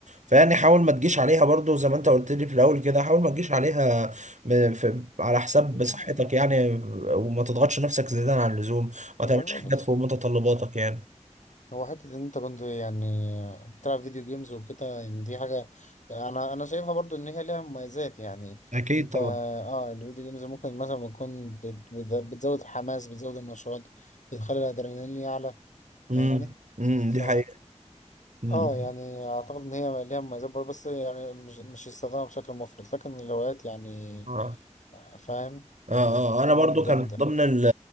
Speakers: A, on the right; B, on the left.
A: فيعني حاول ما تجيش عليها برضو زي ما أنت قلت لي في الأول كده حاول ما تجيش عليها م- في على حساب
B: لا
A: صحتك
B: يعني
A: يعني وما تضغطش نفسك زيادة عن اللزوم ما
B: هو
A: تعملش
B: والله بص
A: حاجات فوق متطلباتك يعني
B: هو حتة إن أنت كنت يعني بتلعب فيديو جيمز وكده يعني دي حاجة أنا أنا شايفها برضو إن هي ليها مميزات يعني
A: اكيد
B: أنت أه
A: طبعا
B: الفيديو جيمز ممكن مثلا تكون بت- بت- بتزود الحماس بتزود النشاط بتخلي الأدرينالين يعلى
A: امم
B: فاهمني؟
A: امم
B: ف
A: دي حقيقة امم
B: اه يعني اعتقد ان هي ليها مميزات برضه بس يعني مش مش استخدامها بشكل مفرط لكن الروايات يعني
A: آه.
B: آه، فاهم
A: اه
B: ب- بتكون
A: اه انا برضو
B: جامدة
A: كان من ضمن ال-